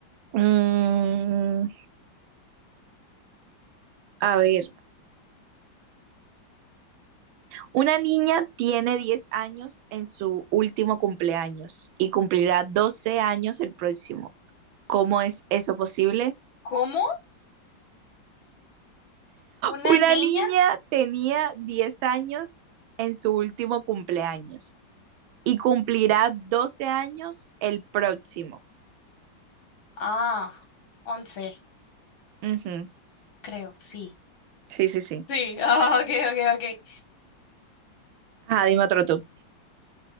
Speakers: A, on the right; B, on the left.
A: Mm, a ver, Una niña tiene 10 años en su último cumpleaños y cumplirá 12 años el próximo. ¿Cómo es eso posible?
B: ¿Cómo? ¿Una
A: Una
B: niña?
A: niña tenía 10 años en su último cumpleaños y cumplirá 12 años el próximo.
B: Ah, once,
A: Ujú.
B: creo, sí.
A: Sí, sí, sí.
B: Sí, <laughs> ah, ok, ok, ok.
A: Ah, dime otro tú.